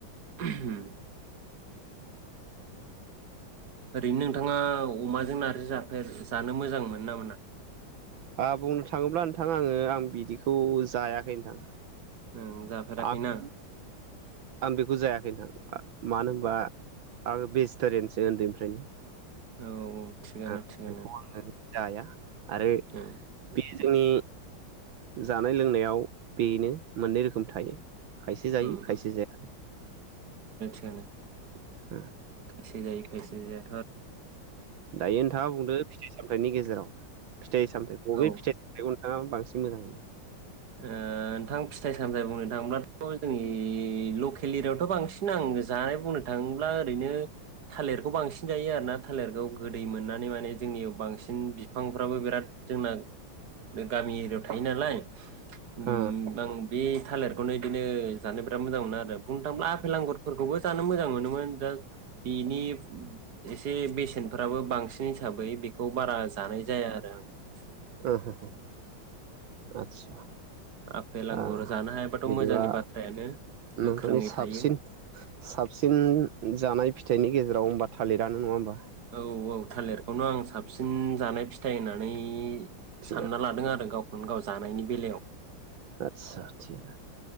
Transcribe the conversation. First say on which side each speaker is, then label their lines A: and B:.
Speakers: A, on the right; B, on the right.
A: <inaudible> ओरैनो नोंथाङा अमाजों नार्जि जाफेर जानो मोजां मोनो ना मोना?
B: आ बुंनो थाङोब्ला नोंथां आङो आं बिदिखौ जायाखै नोंथां।
A: ओं जाफेराखैना
B: आं आं बेखौ जाया बे नोंथां मानो
A: औ
B: होनबा आङो भेजिटेरियानसो उन्दैनिफ्रायनो।
A: औ औ। थिगानो
B: औ
A: थिगानो
B: बेखौ आङो जाया। आरो बे
A: ओं
B: बि जोंनि जानाय लोंनायाव बेनो मोननै रोखोम थायो। खायसे जायो
A: उम
B: खायसे जाया।
A: गानो।
B: <inaudible>
A: खायसे जायो खायसे जाया।
B: दायो नोंथाङा बुंदो फिथाइ सामथाइनि गेजेर जेराव फिथाइ सामथाय बबे
A: औ ओ
B: फिथाइ सामथायखौ नोंथाङा बांसिन मोजां मोनो?
A: ओ नोंथां फिथाइ सामथाइ बुंनो थाङोब्लाथ' जोंनि लकेल एरियावथ' बांसिन आं जानाय बुंनो थाङोब्ला ओरैनो थालिरखौ बांसिन जायो आरोना थालिरखौ गोदै मोननानै माने जोंनियाव बांसिन <unintelligible> बिफांफ्राबो बिराद जोंना बे गामि एरियायाव थायो नालाय उम
B: हो।
A: आं बे थालिरखौनो बिदिनो जानो बिराद मोजां मोनो आरो बुंनो थाङोब्ला आफेल आांगुरफोरखौबो जानो मोजां मोनोमोन दा बिनि एसे बेसेनफोराबो बांसिनै हिसाबै बेखौ बारा जानाय जाया आरो आं। <unintelligible>
B: ओ हो आतसा
A: आफेल आंगुर
B: अ
A: जानो हायाबाथ'
B: बिदिबा
A: मोजांनि बाथ्रायानो गोख्रोङै
B: नोंथांनि साबसिन
A: थायो
B: साबसिन जानाय फिथाइनि गेजेराव होमबा थालिर जानो नङा होमबा ।
A: औ औ थालिरखौनो आं साबसिन जानाय फि फिथाइ होननानै
B: थिगानो
A: सानना लादों आरो गाव औ जानायनि बेलायाव
B: आतसा थि गानो